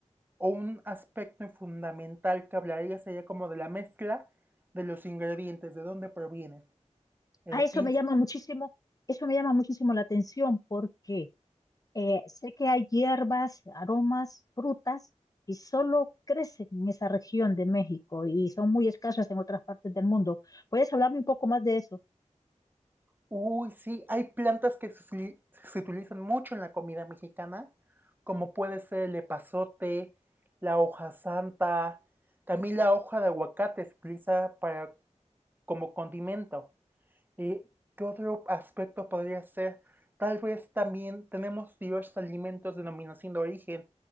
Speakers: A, on the right; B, on the left.
A: o un aspecto fundamental que hablaría sería como de la mezcla de los ingredientes, de dónde provienen. Eh,
B: A eso
A: pinche
B: me llama muchísimo, eso me llama muchísimo la atención porque eh, sé que hay hierbas, aromas, frutas y solo crecen en esa región de México y son muy escasas en otras partes del mundo. ¿Puedes hablarme un poco más de eso?
A: Uy, sí, hay plantas que se, se utilizan mucho en la comida mexicana, como puede ser el epazote, la hoja santa, también la hoja de aguacate se utiliza para, como condimento. Eh, ¿Qué otro aspecto podría ser? Tal vez también tenemos diversos alimentos de denominación de origen,